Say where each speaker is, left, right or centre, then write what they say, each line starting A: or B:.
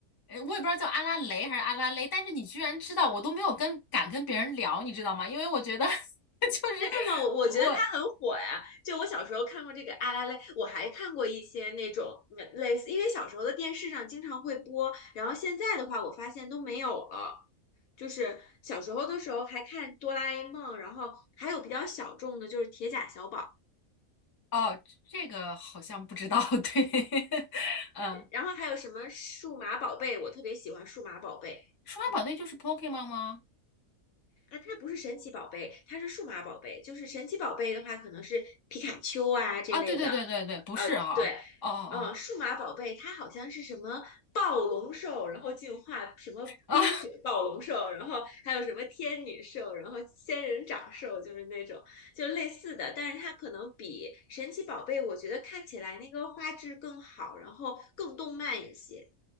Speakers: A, on the left; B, on the left.
A: 呃，我也不知道叫阿拉蕾还是阿拉蕾，但是你居然知道，我都没有跟敢跟别人聊，你知道吗？因为我觉得 <laughs> 就是我
B: 那么我觉得它很火呀。就我小时候看过这个《阿拉蕾》，我还看过一些那种嗯类似，因为小时候的电视上经常会播，然后现在的话，我发现都没有了。就是小时候的时候还看《哆啦 A 梦》，然后还有比较小众的，就是《铁甲小宝》，
A: 哦，这个好像不知道，对，<laughs> 嗯，
B: 然后还有什么《数码宝贝》，我特别喜欢《数码宝贝》。
A: 数码宝贝就是
B: 嗯，
A: Pokemon 吗？
B: 啊，它不是神奇宝贝，它是数码宝贝。就是神奇宝贝的话，可能是皮卡丘啊这类的。
A: 啊，对对对对对，不是哈、
B: 呃，对，
A: 哦哦
B: 呃，数码宝贝它好像是什么暴龙兽，然后进化什么冰雪暴龙兽，
A: 哦，啊，
B: 然后还有什么天女兽，然后仙人掌兽，就是那种就类似的，但是它可能比神奇宝贝我觉得看起来那个画质更好，然后更动漫一些。